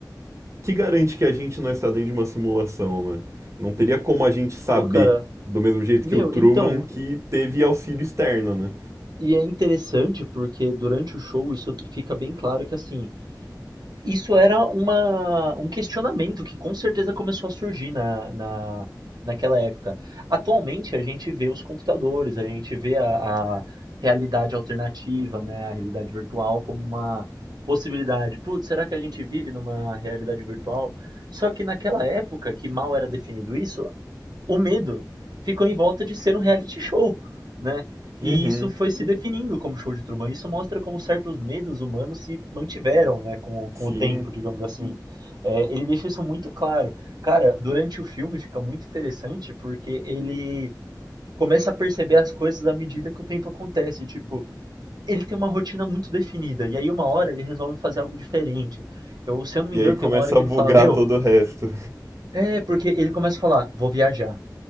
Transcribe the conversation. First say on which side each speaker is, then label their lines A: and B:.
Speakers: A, on the right; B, on the right.
A: que garante que a gente não está dentro de uma simulação, né? Não teria como a gente saber,
B: Pô, cara,
A: do mesmo jeito
B: meu,
A: que o Truman,
B: então,
A: que teve auxílio externo, né?
B: e é interessante porque durante o show isso fica bem claro que assim, isso era uma, um questionamento que com certeza começou a surgir na, na, naquela época. Atualmente a gente vê os computadores, a gente vê a, a realidade alternativa, né, a realidade virtual como uma possibilidade. Putz, será que a gente vive numa realidade virtual? Só que naquela época, que mal era definido isso, o medo ficou em volta de ser um reality show, né?
A: Uhum,
B: E isso foi se definindo como show de Truman. Isso mostra como certos medos humanos se mantiveram, né, com, com
A: sim.
B: o tempo, digamos assim. É, ele deixa isso muito claro. Cara, durante o filme fica muito interessante porque ele começa a perceber as coisas à medida que o tempo acontece. Tipo, ele tem uma rotina muito definida e aí uma hora ele resolve fazer algo diferente. Eu, se eu não me
A: E
B: engano,
A: aí começa
B: tem uma hora que
A: a
B: ele
A: bugar
B: fala, meu,
A: todo o resto.
B: é porque ele começa a falar, vou viajar.